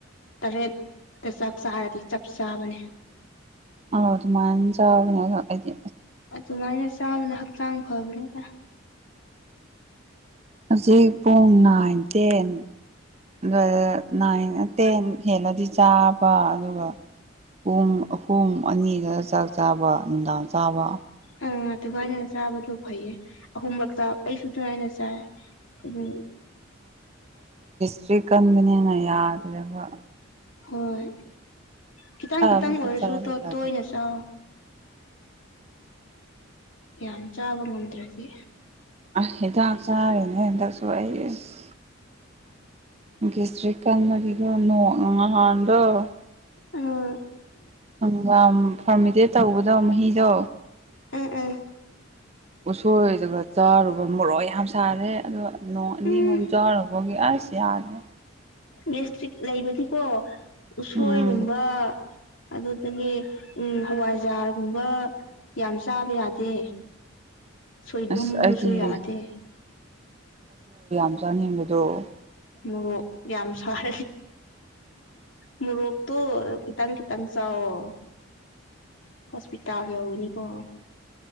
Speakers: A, on the left (about 70°); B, on the right (about 30°).
A: ꯇꯔꯦꯠꯇ ꯆꯥꯛ ꯆꯥꯔꯗꯤ ꯆꯞ ꯆꯥꯕꯅꯦ
B: ꯑ ꯑꯗꯨꯃꯥꯏꯅ ꯆꯥꯕꯅꯦ ꯑ ꯍꯥꯏꯗꯤ
A: ꯑꯗꯨꯃꯥꯏꯅ ꯆꯥꯕꯅ ꯍꯛꯆꯥꯡ ꯐꯕꯅꯤꯗ
B: ꯍꯧꯖꯤꯛ ꯄꯨꯡ ꯅꯥꯏꯟ ꯇꯦꯟ ꯑꯗꯨ ꯅꯥꯏꯟ ꯇꯦꯟ ꯍꯦꯜꯂꯗꯤ ꯆꯥꯕ ꯑꯗꯨꯒ ꯄꯨꯡ ꯑꯍꯨꯝ ꯑꯅꯤꯒ ꯆꯥꯛ ꯆꯥꯕ ꯅꯨꯡꯗꯥꯡ ꯆꯥꯕ
A: ꯑ ꯑ ꯑꯗꯨꯀꯦ ꯆꯥꯕꯗꯣ ꯐꯩꯌꯦ ꯑꯍꯨꯝꯂꯛꯇ ꯑꯩꯁꯨ ꯅꯨꯡꯉꯥꯏꯅ ꯆꯥꯏ ꯑꯗꯨꯝ
B: ꯁ꯭ꯔꯤꯀꯟꯗꯅꯦꯅ ꯌꯥꯗ꯭ꯔꯕ
A: ꯍꯣꯏ ꯈꯤꯇꯪ
B: ꯑꯁꯥꯕꯁꯨ
A: ꯈꯤꯇꯪ ꯑꯣꯏꯔꯁꯨ
B: ꯆꯥꯕ
A: ꯇꯣ
B: ꯌꯥꯗꯦ
A: ꯇꯣꯏꯅ ꯆ ꯌꯥꯝ ꯆꯥꯕ ꯉꯝꯗ꯭ꯔꯗꯤ
B: ꯑ ꯏꯗ ꯆꯥꯅꯦ ꯑꯦꯁꯨꯏꯁ ꯁꯇ꯭ꯔꯤꯛ ꯀꯟꯕꯒꯤꯗꯣ ꯅꯣꯡ ꯅꯍꯥꯟꯗꯣ ꯎꯝ
A: ꯑꯥ
B: ꯍꯪꯒꯥꯝ ꯐꯔꯃꯤꯗꯦꯠ ꯇꯧꯕꯗꯣ ꯃꯍꯤꯗꯣ
A: ꯎꯝ ꯎꯝ
B: ꯎꯁꯣꯏꯗꯨꯒ ꯆꯥꯔꯨꯕ ꯃꯣꯔꯣꯛ ꯌꯥꯝ ꯁꯥꯔꯦ ꯑ ꯅꯣꯡ ꯑꯅꯤ
A: ꯎꯝ
B: ꯑꯍꯨꯝ ꯆꯥꯔꯨꯕꯒꯤ ꯑꯩ ꯁꯤ ꯌꯥꯔꯅ
A: ꯗꯤꯁꯇ꯭ꯔꯤꯛ ꯂꯩꯕꯅꯤꯀꯣ ꯎꯁꯣꯏꯒꯨꯝꯕ
B: ꯎꯝ
A: ꯑꯗꯨꯗꯒꯤ ꯎꯝ ꯍꯋꯥꯏꯖꯥꯔꯒꯨꯝꯕ ꯌꯥꯝ ꯆꯥꯕ ꯌꯥꯗꯦ ꯁꯣꯏꯕꯨꯝꯗꯁꯨꯏ
B: ꯑꯁ ꯑꯩꯗꯤ
A: ꯌꯥꯗꯦ
B: ꯀꯨꯝꯖꯥꯅꯤꯡꯕꯗꯣ
A: ꯃ ꯌꯥꯝ ꯐꯣꯛ ꯃꯣꯔꯣꯛꯇꯣ ꯈꯤꯇꯪ ꯈꯤꯇꯪ ꯆꯥꯎꯑꯣ ꯍꯣꯁꯄꯤꯇꯥꯜ ꯌꯥꯎꯅꯤꯀꯣ